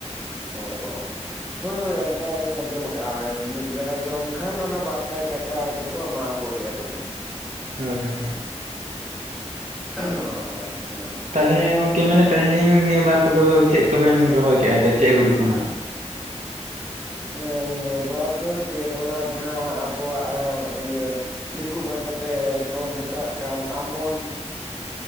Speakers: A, in the centre; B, on the right.
A: ᱚ ᱚ ᱦᱳᱭ ᱦᱳᱭ ᱚᱱᱠᱟᱞᱤᱧ ᱟᱸᱡᱚᱢ ᱟᱠᱟᱜᱼᱟ ᱢᱤᱫ ᱵᱮᱲᱟ ᱡᱚᱢ ᱠᱷᱟᱱ ᱚᱱᱟ ᱵᱟᱨ ᱥᱟᱭ ᱴᱟ ᱠᱟ ᱜᱮᱠᱚ ᱮᱢᱟᱣᱟ ᱠᱚᱜᱮᱭᱟ ᱯᱟᱞᱮ᱾
B: ᱦᱳᱭ ᱦᱳᱭ
A: ᱦᱚᱸ ᱟᱪᱪᱷᱟ
B: ᱛᱟᱞᱦᱮ ᱜᱚᱝᱠᱮ ᱢᱮᱱᱮᱫ ᱛᱟᱸᱦᱮᱱ ᱞᱤᱧ ᱱᱤᱭᱟᱹ ᱵᱟᱨ ᱠᱚᱫᱚ ᱪᱮᱫ ᱠᱚᱵᱤᱱ ᱨᱚᱦᱚᱭ ᱠᱮᱫᱼᱟ ᱮᱱᱛᱮ ᱪᱮᱫ ᱦᱩᱲᱩ ᱠᱚ ᱦᱟᱸᱜ?
A: ᱦᱮᱸ ᱱᱤᱭᱟᱹ ᱵᱟᱨ ᱫᱚ ᱪᱮᱫ ᱚᱱᱟ ᱡᱟᱦᱟᱸ ᱟᱵᱚᱣᱟᱜ ᱤᱭᱟᱹ ᱫᱤᱠᱩ ᱵᱷᱟᱥᱟ ᱛᱮᱠᱚ ᱢᱮᱛᱟᱜ ᱠᱟᱱ ᱟᱢᱳᱱ,